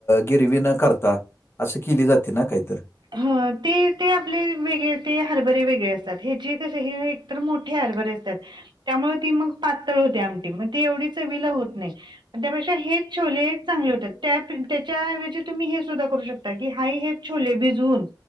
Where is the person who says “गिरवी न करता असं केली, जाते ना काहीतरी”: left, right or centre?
Left